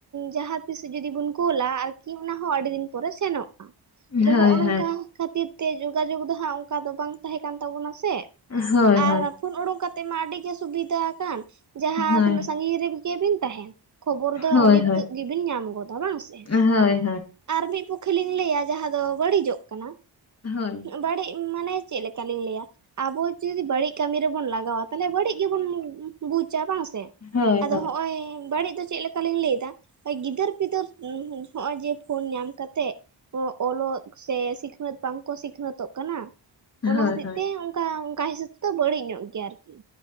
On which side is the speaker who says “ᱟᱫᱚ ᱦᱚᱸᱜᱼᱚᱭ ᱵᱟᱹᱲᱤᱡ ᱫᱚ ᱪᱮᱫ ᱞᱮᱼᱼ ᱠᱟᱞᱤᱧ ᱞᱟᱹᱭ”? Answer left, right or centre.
Right